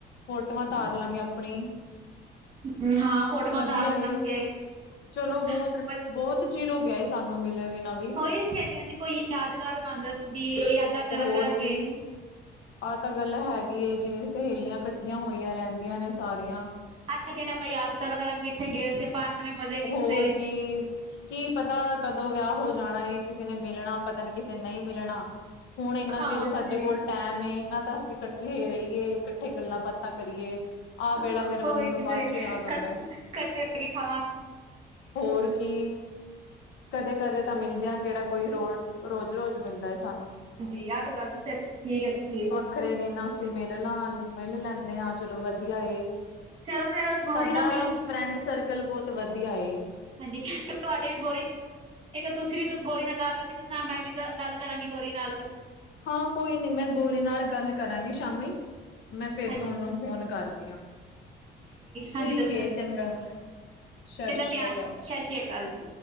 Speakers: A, on the left; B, on the right.
A: ਫੋਟੋਆਂ ਉਤਾਰ ਲਾਂਗੇ ਆਪਣੀ।
B: ਹਮ ਹਾਂ ਫੋਟੋਮਾ
A: ਵਧੀਆ
B: ਤਾਰ ਲਾ
A: ਏ।
B: ਗੇ।
A: ਚਲੋ ਬਹੁਤ
B: <unintelligible>
A: ਬਹੁਤ ਚਿਰ ਹੋ ਗਿਆ ਏ ਸਾਨੂੰ ਮਿਲੇ ਬਿਨਾਂ ਵੀ
B: ਉਹੀ ਸਹੇਲੀਆਂ ਦੀ ਕੋਈ ਯਾਦਗਾਰ ਬਣ ਜਾਂਦੀ ਏ ਯਾਦਾਂ ਕਰਾਂ
A: ਹੋਰ
B: ਕਰਾਂਗੇ।
A: ਕੀ ਆਹ ਤਾਂ ਗੱਲ ਹੈਗੀ ਜਿਵੇਂ ਸਹੇਲੀਆਂ ਕੱਠੀਆਂ ਹੋਈਆਂ ਰਹਿੰਦੀਆਂ ਨੇ ਸਾਰੀਆਂ।
B: <unintelligible> ਦਿਨ ਆਪਾਂ ਯਾਦ ਕਰਾਂਗੇ ਇੱਥੇ ਗਏ ਸੀ ਆਪਾਂ ਐਵੇਂ ਮਜ਼ੇ ਕੀਤੇ
A: ਹੋਰ ਕੀ। ਕੀ ਪਤਾ ਕਦੋਂ ਵਿਆਹ ਹੋ ਜਾਣਾ ਏ ਕਿਸੇ ਨੇ ਮਿਲਣਾ ਪਤਾ ਨੀ ਕਿਸੇ ਨਹੀਂ ਮਿਲਣਾ। ਹੁਣ ਇੰਨਾ
B: ਹਾਂਜੀ
A: ਚਿਰ ਸਾਡੇ ਕੋਲ਼ ਟੇਮ ਏ ਇਹਨਾਂ ਤਾਂ ਅਸੀਂ ਇਕੱਠੇ ਰਹੀਏ ਇਕੱਠੇ ਗੱਲਾਂ - ਬਾਤਾਂ ਕਰੀਏ। ਆਹ ਵੇਲਾ
B: ਉਹੀ
A: ਫਿਰ ਬੰਦੇ ਨੂੰ ਬਾਅਦ
B: ਤੇ
A: ਚੋਂ ਯਾਦ ਆਉਦਾ ਐ।
B: ਇਕੱਠੇ ਹੋ ਕੇ ਖਾਵਾਂ।
A: ਹੋਰ ਕੀ ਕਦੇ-ਕਦੇ ਤਾਂ ਮਿਲਦੇ ਆਂ ਕਿਹੜਾ ਕੋਈ ਰੋ ਰੋਜ਼-ਰੋਜ਼ ਮਿਲਦਾ ਏ ਸਾਨੂੰ।
B: ਹਾਂਜੀ ਆਹ ਤਾਂ ਗੱਲਤ ਸ ਠੀਕ ਆਖੀਏ।
A: <unintelligible> ਨਾ ਅਸੀਂ ਮਿਲਨ ਆਵਾਂਗੇ ਮਿਲ ਲੈਂਦੇ ਹਾਂ ਚਲੋ ਵਧੀਆ ਏ।
B: ਚਲੋ ਫੇਰ ਗੋਰੀ
A: ਸਾਡਾ
B: ਨਾਲ ਮੇਰੀ
A: ਫਰੈਂਡ ਸਰਕਲ ਬਹੁਤ ਵਧੀਆ ਏ।
B: ਹਾਂਜੀ ਤੇ ਤੁਹਾਡੇ ਵੀ ਗੋਰੀ ਇੱਕ ਤੁਸੀਂ ਵੀ ਗੋਰੀ ਨਾਲ ਗਾਲ ਕਰ ਕੇ ਦੱਸਾਂ। ਮੈਂ ਵੀ ਗ ਗੱਲ ਕਰਾਂਗੀ ਗੋਰੀ ਨਾਲ
A: ਹਾਂ ਕੋਈ ਨੀ ਮੈਂ ਗੋਰੀ ਨਾਲ ਗੱਲ ਕਰਾਂਗੀ ਸ਼ਾਮੀ। ਮੈਂ ਫਿਰ
B: ਹਾਂਜੀ
A: ਤੁਹਾਨੂੰ ਫੋਨ ਕਰਦੀ ਆ। ਠੀਕ
B: ਹਾਂਜੀ ਦੱਸਣਾ
A: ਏ ਚੰਗਾ ਸਸਰੀਆਕਾਲ।
B: ਚੰਗਾ ਧਿਆਨ ਸਤਿ ਸ੍ਰੀ ਅਕਾਲ ਜੀ